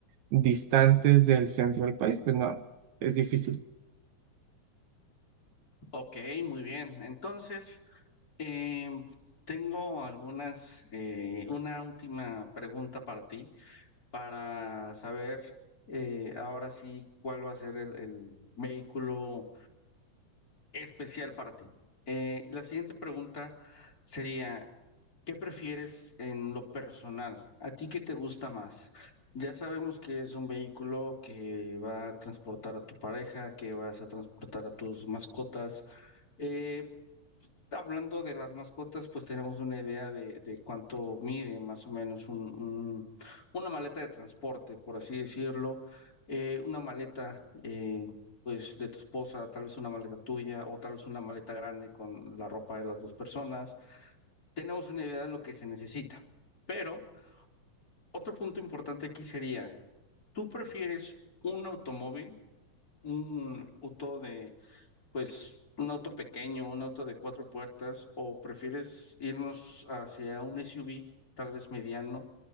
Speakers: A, on the right; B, on the left.
A: distantes del centro del país, pues no, es difícil.
B: Ok, muy bien. Entonces, em, tengo algunas, eh, una última pregunta para ti, para saber eh, ahora sí cuál va a ser el, el vehículo. especial para ti. Eh, la siguiente pregunta sería, ¿qué prefieres en lo personal? ¿A ti qué te gusta más? Ya sabemos que es un vehículo que va a transportar a tu pareja, que vas a transportar a tus mascotas. Eh, Hablando de las mascotas, pues tenemos una idea de, de cuánto mide más o menos un, un- una maleta de transporte, por así decirlo. Eh, una maleta, eh, pues, de tu esposa, tal vez una maleta tuya o tal vez una maleta grande con la ropa de las dos personas. Tenemos una idea de lo que se necesita. Pero otro punto importante aquí sería, ¿tú prefieres un automóvil, un auto pues un auto pequeño, un auto de cuatro puertas, o prefieres irnos hacia un SUV, tal vez mediano,